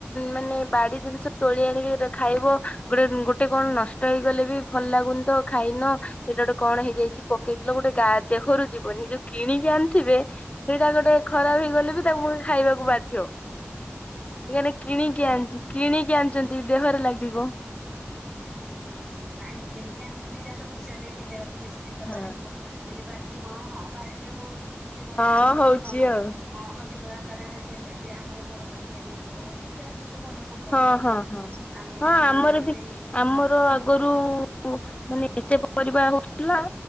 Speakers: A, on the left; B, in the centre.
A: ମାନେ ବାଡି ଜିନିଷ ତୋଳି ଆଣି ବି ଖାଇବ ଗୋଟେ ହୁଁ, ଗୋଟେ କଣ ନଷ୍ଟ ହେଇଗଲେ ବି ଭଲ ଲାଗୁନି ତ ଖାଇନ। ଏଟା ଗୋଟେ କଣ ହେଇଯାଇଛି ପକେଇ ଗୋଟେ ଗା ଦେହରୁ ଯିବନି। ଯୋଉ କିଣିକି ଆଣିଥିବେ ସେଇଟା ଗୋଟେ ଖରାପ ହେଇଗଲେ ବି ତାକୁ ଖା ଇବାକୁ ବାଧ୍ୟ।
B: ହ <inaudible>
A: ଏନେ କିଣିକି ଆଣିଛି କିଣିକି ଆଣିଛନ୍ତି ଦେହରେ ଲାଗିବ।
B: ନିଶ୍ଚିନ୍ତ ନିଶ୍ଚିନ୍ତ, ନାଇଁ କିଣିକି ଆଣିଛନ୍ତି ଯାହାଲେ ପଇସା ଦେଇକି ଦେହକୁ ନିଶ୍ ନିଶ୍ଚିନ୍ତ
A: ହଁ
B: ବାଧିବ। କିନ୍ତୁ ବାରିରୁ ହଁ ହଁ ବାଡିରେ ହଉଛି କିଛି ନହେଲେ
A: ହଁ
B: ବି ଆମର
A: ହଉଛି
B: ଏଠି କଣ
A: ଆଉ
B: ହଁ ଅଧିକ କାର ହେଲେ ବି, ଆମର ଘର ପାଖିଆ ଲୋକ ଯା ଯେ ତେ ଭଲ ସମ୍ପର୍କ
A: ହଁ
B: ଅଛି!
A: ହଁ ହଁ
B: ତାଙ୍କୁ
A: ହଁ
B: ବି ଆମେ
A: ଆମର ବି
B: ଦେଇ
A: ଆମର
B: ହୁଁ
A: ଆଗରୁ ମାନେ ଏତେ ପରିବା ହଉଥିଲା।